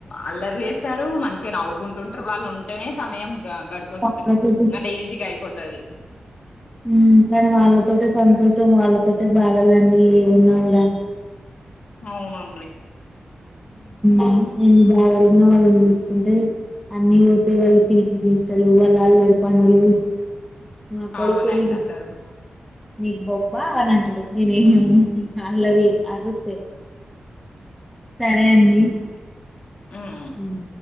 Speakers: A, on the left; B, in the centre.
A: అల్లరి చేస్తారు మంచిగా నవ్వుకుంటుంటారు వాళ్ళు ఉంటేనే సమయం గడుపు
B: వాళ్ళతోటి
A: అంటే ఈజీగా అయిపోతది
B: ఉమ్ కానీ వాళ్ళతోటే సంతోషం వాళ్ళతోటే బాధలండి ఏ ఉన్నావు కూడా
A: అవునండి
B: ఊమ్ ఎన్ని బాదలున్నా వాళ్ళని చూసుకుంటే అన్ని పోతాయ్ వాళ్ళ చిలిపిచేష్టలు వాళ్ళ అల్లరి పనులు మా కొడుకు
A: అవునండి
B: నీకు
A: అసలు
B: నీకు బొబ్బా అని అంటాడు నేనేమి అల్లరి అరుస్తే సరే అండి
A: ఉమ్.
B: ఊమ్